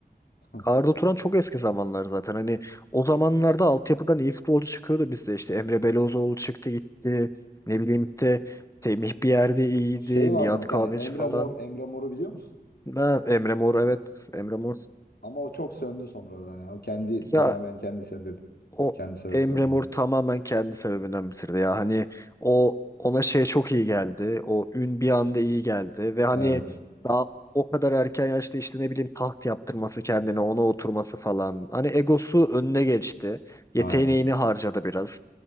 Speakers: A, on the left; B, on the left.
A: <laughs>
B: Arda Turan çok eski zamanlar zaten. Hani o zamanlarda altyapıdan iyi futbolcu çıkıyordu bizde. İşte Emre Belözoğlu çıktı gitti. Ne bileyim işte Temih bir yerde iyiydi.
A: Şey vardı
B: Nihat
A: bir tane
B: Kahveci
A: Emre
B: falan.
A: Mor. Emre Mor'u biliyor musun?
B: Ha, Emre Mor evet. Emre Mor.
A: Ama o çok söndü sonradan yani. O kendi
B: Ya
A: tamamen kendi sebebi
B: o
A: kendi sebeplerinden.
B: Emre Mor tamamen kendi sebebinden bitirdi ya. Hani o ona şey çok iyi geldi. O ün bir anda iyi geldi ve hani
A: Evet.
B: daha o kadar erken yaşta işte ne bileyim taht yaptırması kendine ona oturması falan. Hani egosu önüne geçti. Yeteneğini
A: Aynen.
B: harcadı biraz.